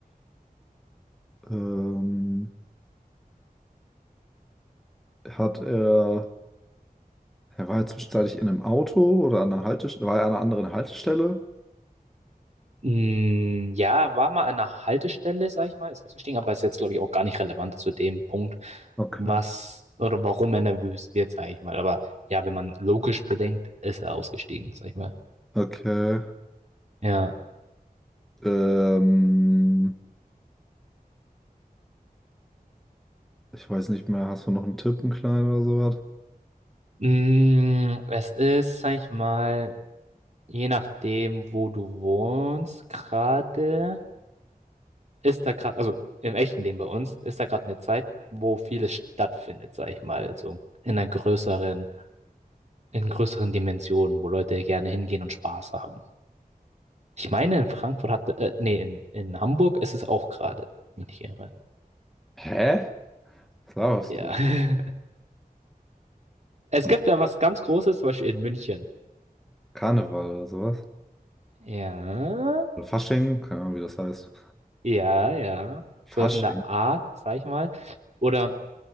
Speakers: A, in the centre; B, on the right.
A: Ähm, hat er, er war ja zwischenzeitlich in einem Auto oder an einer Haltestelle, war er an einer anderen Haltestelle?
B: Hm, ja, war mal an einer Haltestelle, sag ich mal, ist ausgestiegen, aber ist jetzt, glaube ich, auch gar nicht relevant zu dem Punkt,
A: Okay.
B: was oder warum er nervös wird, sag ich mal. Aber ja, wenn man logisch bedenkt, ist er ausgestiegen, sag ich mal.
A: Okay.
B: Ja.
A: Ähm, ich weiß nicht mehr, hast du noch einen Tipp, einen kleinen oder sowas?
B: Mm, es ist, sag ich mal, je nachdem, wo du wohnst, gerade. ist da gerade, also im echten Leben bei uns, ist da gerade eine Zeit, wo vieles stattfindet, sag ich mal, so in einer größeren, in größeren Dimensionen, wo Leute gerne hingehen und Spaß haben. Ich meine, in Frankfurt hat, äh, nee, in, in Hamburg ist es auch gerade, wenn ich mich nicht irre.
A: Hä? Was laberst
B: Ja.
A: du?
B: <laughs> Es
A: Hm,
B: gibt da was ganz Großes, zum Beispiel in München.
A: Karneval oder sowas?
B: Ja,
A: Oder Fasching? Keine Ahnung, wie das heißt.
B: ja, ja.
A: Fasching?
B: Sowas in der Art, sag ich mal. Oder